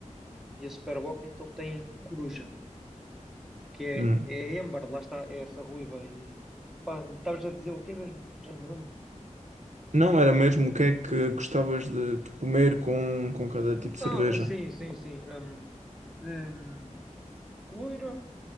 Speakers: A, in the centre; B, on the right.
A: e a Superboc então tem a Coruja, que
B: Hum.
A: é, é a Amber, lá está, é essa ruiva. E pá, e estavas a dizer o quê mesmo? Já não me lembro.
B: Não, era mesmo o que é que gostavas de de comer com, com cada tipo de
A: Ah,
B: cerveja.
A: sim, sim, sim. Hum, hum, loira,